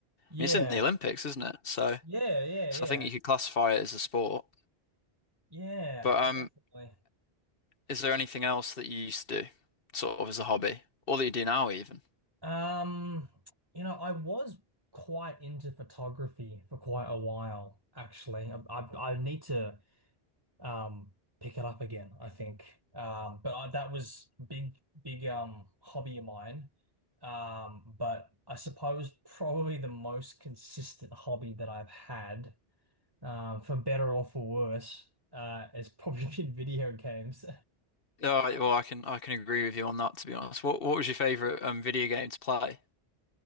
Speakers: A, on the right; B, on the left.
A: Yeah.
B: mean, it's in the Olympics, isn't it? So,
A: Yeah, yeah,
B: so
A: yeah.
B: I think you could classify it as a sport.
A: Yeah,
B: But
A: uh,
B: um,
A: definitely.
B: is there anything else that you used to do, sort of as a hobby, or that you do now even?
A: Um, you know, I was quite into photography for quite a while, actually. I I, I need to um, pick it up again, I think. Um, but I, that was big, big um, hobby of mine. Um, but I suppose probably the most consistent hobby that I've had, um, for better or for worse, uh, has probably <laughs> been video games.
B: Oh, well, I can I can agree with you on that, to be honest. What what was your favorite um video game to play